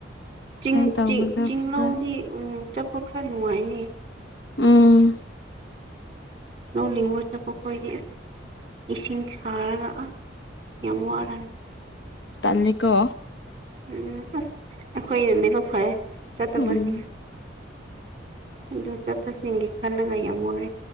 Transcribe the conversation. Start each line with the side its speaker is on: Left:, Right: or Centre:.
Right: ꯆꯤꯡ
Left: ꯇꯧꯕꯗꯣ
Right: ꯆ ꯆꯤꯡꯡꯂꯥꯎꯗꯤ
Left: ꯈꯔ
Right: ꯎꯝ ꯆꯞ ꯈꯔ ꯅꯨꯡꯉꯥꯏꯅꯦ
Left: ꯎꯝ
Right: ꯂꯧꯅꯤꯡꯕ ꯆꯕꯈꯣꯏꯔꯁ ꯏꯁꯤꯡ ꯁꯥꯔꯒ ꯌꯥꯝ ꯋꯥꯔꯅꯤ
Left: ꯇꯥꯅꯤꯀꯣ
Right: ꯎꯝ ꯑꯁ ꯑꯩꯈꯣꯏꯅꯗꯤꯔ ꯐꯔꯦ ꯆꯠꯇꯕꯁꯤꯡꯅ
Left: ꯎꯝ
Right: ꯑꯗꯨ ꯆꯠꯄꯁꯤꯡ ꯈꯜꯂꯒ ꯌꯥꯝꯃꯦ